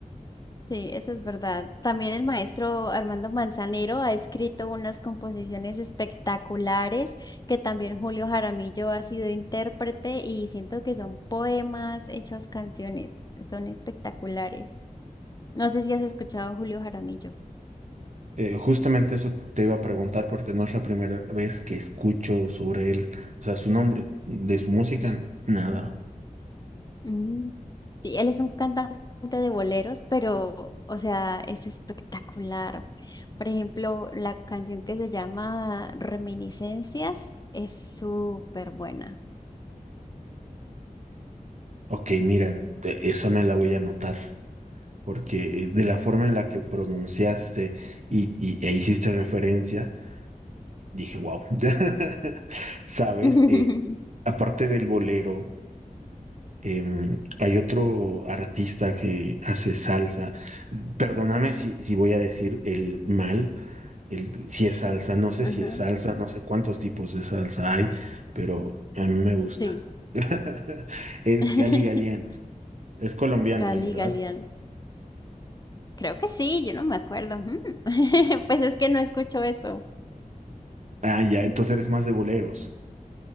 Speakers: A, on the left; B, on the right.
A: Sí, eso es verdad. También el maestro Armando Manzanero ha escrito unas composiciones espectaculares que también Julio Jaramillo ha sido intérprete y siento que son poemas hechos canciones. Son espectaculares. No sé si has escuchado a Julio Jaramillo.
B: Eh, justamente eso te iba a preguntar porque no es la primera vez que escucho sobre él, o sea, su nombre, de su música, nada.
A: Mm. Sí, él es un cantante de boleros, pero, o sea, es espectacular. Por ejemplo, la canción que se llama Reminiscencias es súper buena.
B: Ok, miren, esa me la voy a anotar, porque eh, de la forma en la que pronunciaste y, y- e hiciste referencia. Dije, wow. <laughs> ¿Sabes?
A: <laughs>
B: Eh, aparte del bolero, em, hay otro artista que hace salsa. Perdóname si, si voy a decir el mal, el, si es salsa, no sé
A: Ajá,
B: si es salsa, no sé cuántos tipos de salsa hay, pero a mí me gusta.
A: sí.
B: <laughs> Es
A: <laughs>
B: Gali Galiano. Es colombiano
A: Gali,
B: él, ¿verdad?
A: Galeano. Creo que sí, yo no me acuerdo. Mm. <laughs> Pues es que no escucho eso.
B: Ah, ya, entonces eres más de boleros.